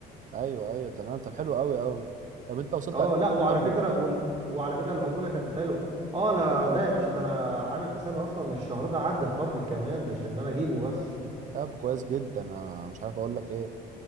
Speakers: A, on the right; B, on the right.
A: ايوه ايوه تمام طب حلو قوي قوي طب انت وصلت
B: اه
A: قد
B: لا
A: ايه
B: وعلى
A: في التارجت
B: فكره
A: ده
B: وال... وعلى فكره العموله كانت حلوه اه انا لا يا باشا ده انا عامل حسابي اصلا ان الشهر ده عدى التارجت كمان مش ان انا اجيبه بس
A: طب كويس جدا انا مش عارف اقول لك ايه